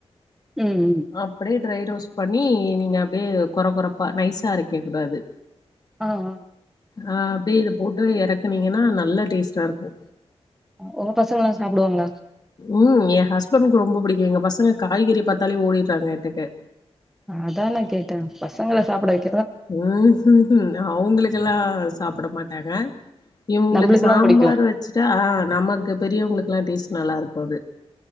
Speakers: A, in the centre; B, on the left.
A: ம் ம்
B: அப்டியே ட்ரய் ரோஸ்ட் பண்ணி நீங்க அப்டியே கொற கொறப்பா நைசா அரைக்க கூடாது
A: ஆஹ் ஆஹ்
B: ஆம் ப்டியே இத போட்டு இறக்குனீங்கன்னா நல் நல்ல டேஸ்ட்டா இருக்கு
A: உங்க பசங்கல்லாம் சாப்பிடுவாங்களா
B: உம் என் ஹஸ்பண்ட்க்கு ரொம்ப பிடிக்கு எங்க பசங்க காய்கறிய பார்த்தாலே ஓடிடுறாங்க எட்டக்க
A: அதான கேட்டேன் பசங்களை சாப்பிட வெக்
B: ம்ஹு ஹு ஹும் அவங்களுக்கெல்லா சாப்பிட மாட் ஆக இவங்களுக்கு
A: நம்பளுக்கெல்லா
B: சாம்பார்
A: புடிக்கு
B: வச்சுட்டா நமக்கு பெரியவங்களுக்குல்லாம் டேஸ்ட் நல்லா இருக்கு அது